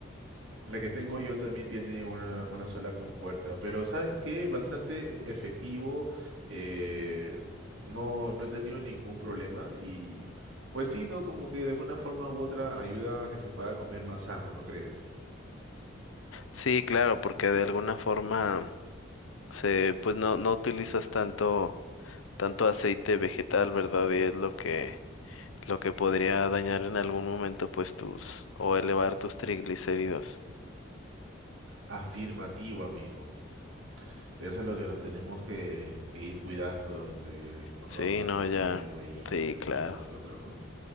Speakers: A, on the right; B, on the left.
A: La que tengo yo también tiene una, una sola compuerta, pero ¿sabes qué? Bastante efectivo, eh, no, no he tenido ningún problema y pues sí, ¿no? Como que de alguna forma u otra ayuda a que se pueda comer más sano, ¿no crees?
B: Sí, claro, porque de alguna forma se, pues no, no utilizas tanto, tanto aceite vegetal, ¿verdad? Y es lo que, lo que podría dañar en algún momento, pues tus, o elevar tus triglicéridos.
A: Afirmativo, amigo. De eso es lo que nos tenemos que, que ir cuidando entre cuando
B: Sí,
A: vamos envejeciendo
B: no, ya.
A: y
B: Sí,
A: tenemos
B: claro.
A: uno y que otro, ¿no?